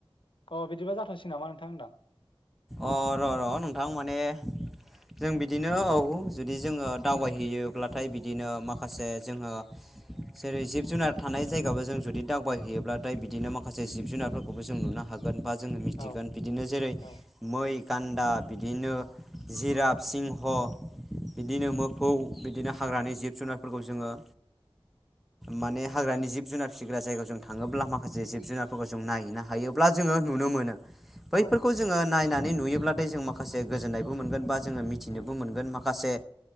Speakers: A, on the left; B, in the centre.
A: अह बिदिबा जाथ'सिगोन नामा नोंथां होनदां।
B: अ र' र' नोंथां माने जों बिदिनो औ जुदि जोङो दावबायहैयोब्लाथाय बिदिनो माखासे जोङो जेरै जिब जुनार थानाय जायगाबो जों जुदि दावबायहैयोब्लाथाय बिदिनो माखासे जिब जुनारफोरखौबो जों नुनो हागो गोन बा जोङो मिथिगोन
A: औ
B: बिदिनो जेरै
A: औ
B: मै, गान्दा बिदिनो जिराफ, सिंह बिदिनो
A: उम
B: मोफौ बिदिनो हाग्रानि जिब जुनारफोरखौ जोङो
A: <inaudible>
B: माने हाग्रानि जिब जुनार फिसिग्रा जायगायाव जों थाङोब्ला माखासे जिब जुनारफोरखौ जों नायोना हायोब्ला जोङो नुनो मोनो। बैफोरखौ
A: औ
B: जोङो नायनानै नुयोब्लाथाय जों माखासे गोजोन्नायबो मोनगोन बा जोङो मिथिनोबो
A: उम
B: मोनगोन माखासे